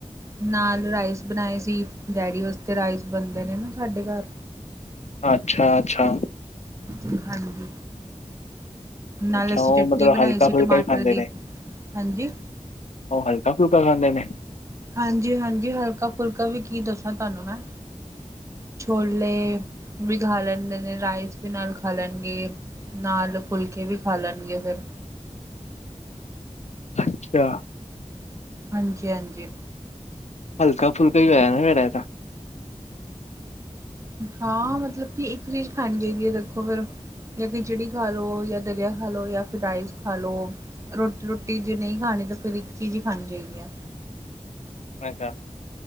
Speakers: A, on the right (about 25°); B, on the left (about 65°).
A: ਨਾਲ ਰਾਈਸ ਬਣਾਏ ਸੀ, ਡੈਡੀ ਵਾਸਤੇ ਰਾਈਸ ਬਣਦੇ ਨੇ ਨਾ ਸਾਡੇ ਘਰ।
B: ਅੱਛਾ -ਅੱਛਾ!
A: ਜ ਹਾਂਜੀ। ਨਾਲ
B: ਅੱਛਾ
A: ਅਸੀਂ
B: ਉਹ
A: ਚਟਨੀ
B: ਮਤਲਬ
A: ਬਣਾਈ
B: ਹਲਕਾ
A: ਸੀ
B: ਫੁਲਕਾ
A: ਟਮਾਟਰ
B: ਹੀ ਖਾਂਦੇ
A: ਦੀ,
B: ਨੇ
A: ਹਾਂਜੀ।
B: ਉਹ ਹਲਕਾ ਫੁਲਕਾ ਖਾਂਦੇ ਨੇ?
A: ਹਾਂਜੀ -ਹਾਂਜੀ ਹਲਕਾ ਫੁਲਕਾ ਵੀ ਕੀ ਦੱਸਾਂ ਤੁਹਾਨੂੰ ਮੈਂ। ਛੋਲੇ ਵੀ ਖਾ ਲੈਂਦੇ ਨੇ, ਰਾਈਸ ਵੀ ਨਾਲ ਖਾ ਲੈਣਗੇ। ਨਾਲ ਫੁਲਕੇ ਵੀ ਖਾ ਲੈਣਗੇ ਫੇਰ।
B: ਅੱਛਾ।
A: ਹਾਂਜੀ -ਹਾਂਜੀ!
B: ਹਲਕਾ ਫੁਲਕਾ ਹੀ ਹੋਆ ਫੇਰ ਇਹ ਤਾਂ।
A: ਹਾਂ, ਮਤਲਬ ਕਿ ਇੱਕ ਚੀਜ਼ ਖਾਣੀ ਚਾਹੀਦੀ ਹੈ ਦੇਖੋ ਫੇਰ। ਜਾਂ ਖਿਚੜੀ ਖਾ ਲੋ, ਜਾਂ ਦਲੀਆ ਖਾ ਲੋ, ਯਾ ਫਿਰ ਰਾਈਸ ਖਾ ਲੋ। ਰੋਟੀ ਰੋਟੀ ਜੇ ਨਹੀਂ ਖਾਣੀ ਤਾਂ ਫੇਰ ਇੱਕ ਚੀਜ਼ ਹੀ ਖਾਣੀ ਚਾਹੀਦੀ ਹੈ।
B: ਅ